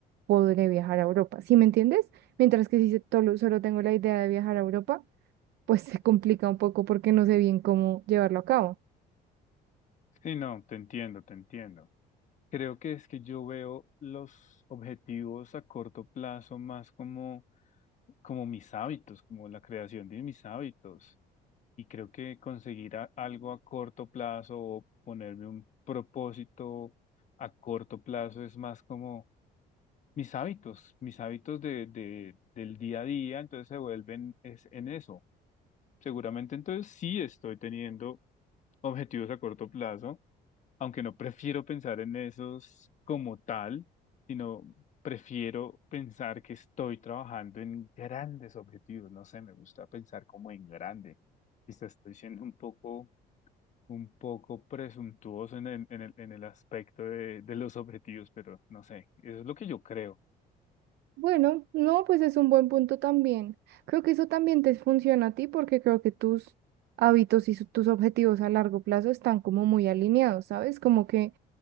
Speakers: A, on the right; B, on the left.
A: podré viajar a Europa. ¿Sí me entiendes? Mientras que si se- tolo- solo tengo la idea de viajar a Europa, pues <laughs> se complica un poco porque no sé bien cómo llevarlo a cabo.
B: Sí, no, te entiendo, te entiendo. Creo que es que yo veo los objetivos a corto plazo más como, como mis hábitos, como la creación de mis hábitos. Y creo que conseguir a- algo a corto plazo o ponerme un propósito a corto plazo es más como mis hábitos, mis hábitos de, de- del día a día, entonces se vuelven es, en eso. Seguramente entonces sí estoy teniendo objetivos a corto plazo, aunque no prefiero pensar en esos como tal, sino prefiero pensar que estoy trabajando en grandes objetivos. No sé, me gusta pensar como en grande. Quizás estoy siendo un poco, un poco presuntuoso en el, en el, en el aspecto de, de los objetivos, pero no sé, eso es lo que yo creo.
A: Bueno, no, pues es un buen punto también. Creo que eso también te funciona a ti porque creo que tus hábitos y su- tus objetivos a largo plazo están como muy alineados, ¿sabes? Como que